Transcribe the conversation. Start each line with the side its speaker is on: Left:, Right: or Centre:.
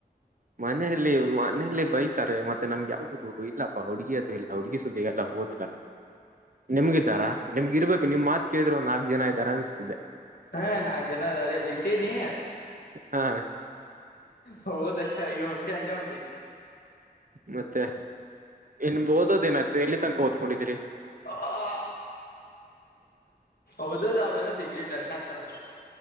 Right: ಮನೆಯಲ್ಲಿ ಮನೇಲಿ ಬೈತಾರೆ ಮತ್ತೆ ನಮ್ಗೆ ಯಾವ್ದ್ ಇಲ್ಲಾಪ್ಪ ಹುಡುಗಿ ಅದು ಇಲ್ಲ ಹುಡುಗಿ ಸುದ್ದಿಗೆಲ್ಲ ಹೋಗೋದಿಲ್ಲ ನಾವು. ನಿಮಗೆ ಇದ್ದಾರಾ ನಿಮಗ್ ಇರಬೇಕು ನಿಮ್ ಮಾತು ಕೇಳಿದ್ರೆ ಒಂದು ನಾಲ್ಕು ಜನ ಇದ್ದಾರೆ ಅನಿಸ್ತಿದೆ.
Left: ಹ್ಮ್ ನಾಕ್ ಜನ ಅದರಲ್ಲಿ ಇಟ್ಟೀನಿ.
Right: ಹಾ
Left: ಹೌದಷ್ಟ್ ಈ ಹೊಂಟಿ ಅಲ್ಲಿ ಉಂಟೆ
Right: ಮತ್ತೆ ನಿಮ್ದ್ ಓದೋದು ಏನಾಯ್ತು ಎಲ್ಲಿ ತನಕ ಓದ್ಕೊಂಡಿದೀರಿ.
Left: ಆ ಓದೆದಲ್ಲ ಅವೆಲ್ಲ ಸಿಗ್ರೇಟರ್ ನಕಾಲ್